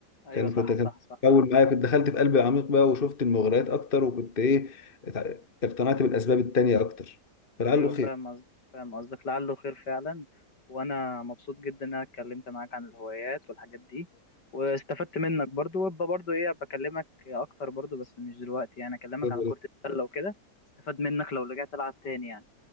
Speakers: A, on the left (about 85°); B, on the left (about 30°).
A: ايوه
B: كان
A: صح
B: كنت كان
A: صح صح
B: أول معايا كنت دخلت في قلب العميق بقى وشفت المغريات أكتر وكنت إيه اتع- اقتنعت بالأسباب التانية أكتر فلعله
A: ايوه فاهم قصدك فاهم قصدك لعله خير فعلا وانا مبسوط جدا ان انا اتكلمت معاك عن الهوايات والحاجات دي واستفدت منك برضو وابقى برضو ايه بكلمك اكتر برضو بس مش دلوقتي يعني اكلمك
B: خير
A: عن كرة السلة وكده استفاد منك لو رجعت العب تاني يعني